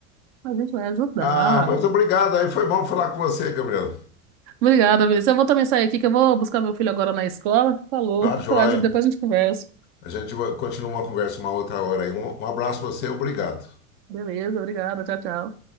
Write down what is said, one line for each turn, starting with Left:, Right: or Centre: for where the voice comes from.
Right: a gente vai ajudar.
Left: Ah, mas obrigado, aí foi bom falar com você, Gabriel.
Right: Obrigada, Vinícius. Eu vou também sair aqui, que eu vou buscar meu filho agora na escola. Falou.
Left: Tá joia.
Right: Depois a gente conversa.
Left: A gente vai continuar uma conversa uma outra hora aí. Um, um abraço para você, obrigado.
Right: Beleza, obrigada. Tchau, tchau.